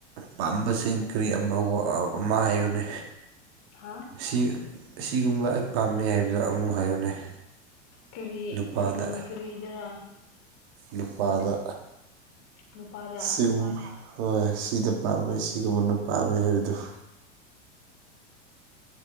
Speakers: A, on the right; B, on the left.
A: ꯄꯥꯝꯕꯁꯤꯡ ꯀꯔꯤ ꯑꯃ ꯍꯥꯏꯌꯨꯅꯦ
B: ꯍꯥ
A: ꯁꯤ ꯑꯁꯤꯒꯨꯝꯕ ꯑꯩ ꯄꯥꯝꯃꯦ ꯍꯥꯏꯕꯗꯣ ꯑꯃꯨꯛ ꯍꯥꯏꯌꯨꯅꯩ
B: ꯀꯔꯤ
A: ꯅꯨꯄꯥꯗ
B: ꯎꯝ ꯀꯔꯤꯗꯔ
A: ꯅꯨꯄꯥꯗ
B: ꯅꯨꯄꯥꯗ
A: ꯁꯤꯒꯨꯝꯕ ꯍꯣꯏ ꯁꯤꯅ ꯄꯥꯝꯃꯦ ꯁꯤꯒꯨꯝꯕꯅ ꯄꯥꯝꯃꯦ ꯍꯥꯏꯕꯗꯨꯣ